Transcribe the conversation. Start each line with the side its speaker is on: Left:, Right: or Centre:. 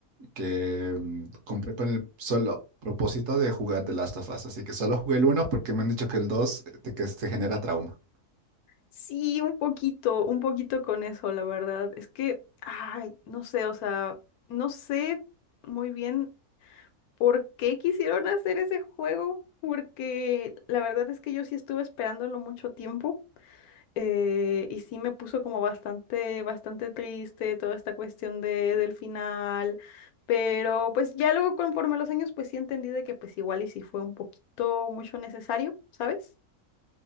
Right: que mm, compré con el solo propósito de jugar The Last of Us, así que solo jugué el uno porque me han dicho que el dos te, que te genera trauma.
Left: Sí, un poquito, un poquito con eso, la verdad. Es que, ay, no sé, o sea, no sé muy bien por qué quisieron hacer ese juego, porque la verdad es que yo sí estuve esperándolo mucho tiempo eh, y sí me puso como bastante, bastante triste toda esta cuestión de, del final, pero pues ya luego conforme los años, pues sí entendí de que pues igual y sí fue un poquito mucho necesario, ¿sabes?